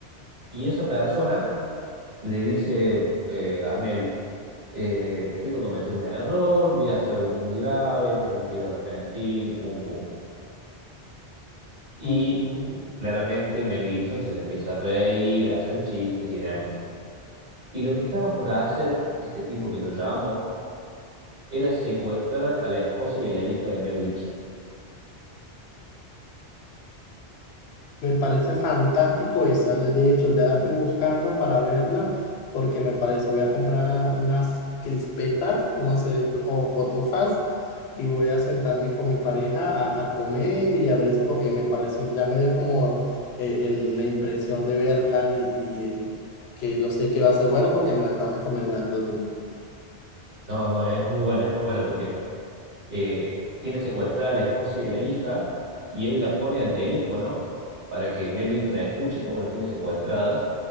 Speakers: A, on the right; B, on the left.
A: y esa persona le dice eh, a Mel. eh, estoy por cometer un error, voy a hacer algo muy grave, que no me quiero arrepentir, pum, pum, pum. Y
B: ok.
A: claramente Mel Gibson se le empieza a reír, a hacer chistes y demás. Y lo que estaba por hacer este tipo que lo llamó era secuestrar a la esposa y a la hija de Mel Gibson.
B: Me parece fantástico esa. la- De hecho, ya la estoy buscando para verla porque me parece, voy a comprar unas crispetas, no sé, o cotufas y voy a sentarme con mi pareja a, a comer y a ver eso porque me parece, ya me dio como eh, el- la impresión de verla y, y que yo sé que va a ser bueno porque me la estás recomendando tú.
A: No, no, es muy buena, es muy buena porque eh, tiene secuestrada a la esposa y a la hija y él la pone al teléfono para que Mel Gibson escuche cómo las tiene secuestradas